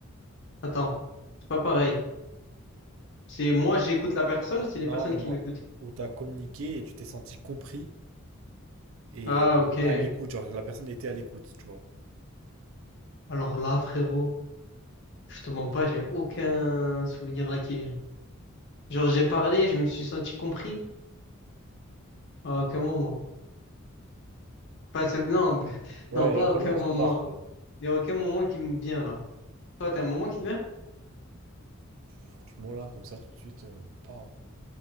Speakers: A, on the left; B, on the right.
A: Attends, c'est pas pareil. C'est moi, j'écoute la personne, c'est les
B: Non,
A: personnes
B: non,
A: qui
B: non.
A: m'écoutent.
B: Où t'as communiqué et tu t'es senti compris et
A: Ah,
B: euh,
A: ok.
B: à l'écoute. Genre la personne était à l'écoute, tu vois.
A: Alors là, frérot, je te mens pas, j'ai aucun souvenir là qui vient. Genre, j'ai parlé, je me suis senti compris à aucun moment. Pas, non, <laughs>
B: Ouais,
A: non, pas
B: il y a aucun
A: à aucun
B: moment
A: moment.
B: qui te marque. quoi.
A: Il n'y a aucun moment qui me vient là. Toi, t'as un moment qui te vient?
B: Franchement, là, comme ça, tout de suite, euh, même pas. hein.